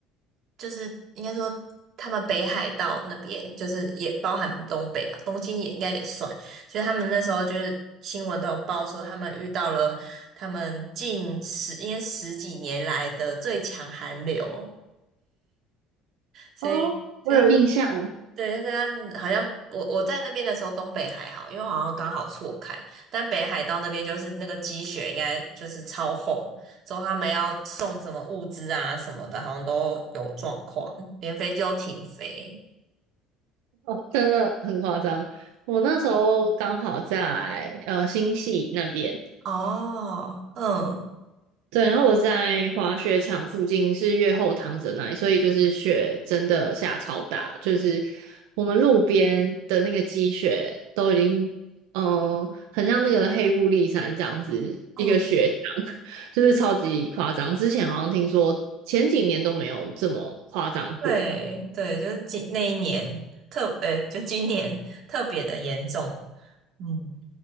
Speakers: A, on the right; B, on the right.
A: 就是应该说他们北海道那边就是也包含东北吧，东京也应该也算。所以他们那时候就是新闻都有报说，他们遇到了他们近十应该十几年来的最强寒流，所以所以他
B: 哦，我有印象，
A: 对，但是他们好像我我在那边的时候，东北还好，因为好像刚好错开，但北海道那边就是那个积雪应该就是超厚，之后他们要送什么物资啊什么的，好像都有状况，连飞机都停飞。
B: 真的很夸张。我那时候刚好在呃新系那边，
A: 哦，嗯
B: 对，然后我是在滑雪场附近，是越后堂泽那里，所以就是雪真的下超大，就是我们路边的那个积雪都已经，嗯，很像那个黑布利山这样子一个雪墙，
A: 嗯，
B: <laughs> 就是超级夸张。之前好像听说前几年都没有这么夸张过。
A: 对对，就是今那一年特，呃，就今年特别的严重。嗯，